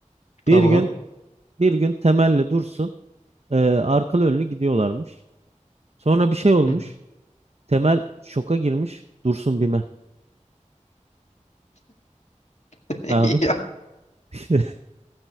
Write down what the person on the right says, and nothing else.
Bir gün bir gün Temel'le Dursun e, arkalı önlü gidiyorlarmış. Sonra bir şey olmuş.
Temel şoka girmiş. Dursun Bime
abi.
<laughs>